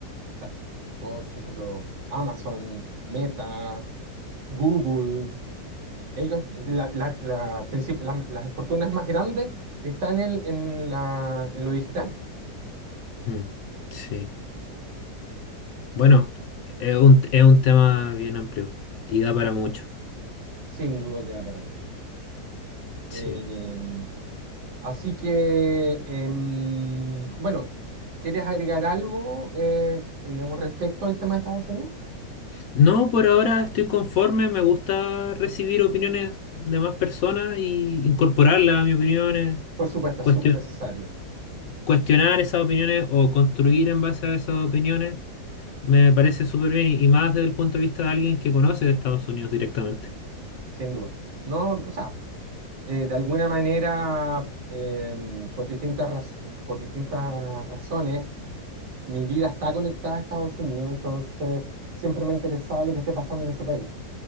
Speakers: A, on the right; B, on the left.
A: o sea, todo, por ejemplo, Amazon, Meta, Google. Ellos, la- la- la princip- la- las fortunas más grandes están en, en la- en lo digital.
B: Mm, sí. Bueno, es un, es un tema bien amplio y da para mucho.
A: Sin duda queda para mucho. Em,
B: Sí.
A: así que, em, bueno, ¿quieres agregar algo, eh, digamos, respecto al tema de Estados Unidos?
B: No, por ahora estoy conforme. Me gusta recibir opiniones de más personas y incorporarlas a mis opiniones,
A: Por supuesto,
B: cuestio-
A: es súper necesario,
B: cuestionar esas opiniones o construir en base a esas opiniones. Me parece súper bien y y más desde el punto de vista de alguien que conoce de Estados Unidos directamente.
A: sin duda. No, o sea, eh, de alguna manera, em, por distintas, raz- por distintas razones, mi vida está conectada a Estados Unidos, entonces siempre me ha interesado lo que esté pasando en ese país.